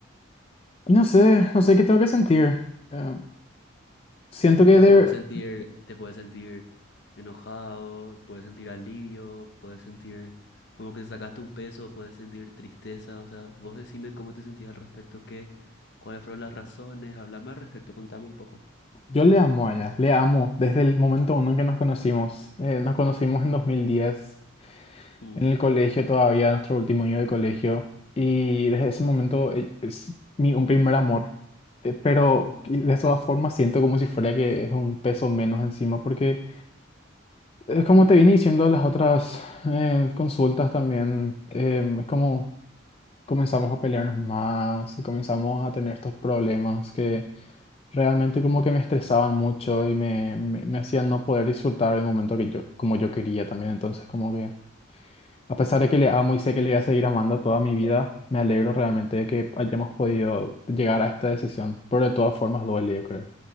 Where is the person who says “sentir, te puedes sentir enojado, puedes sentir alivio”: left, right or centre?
Left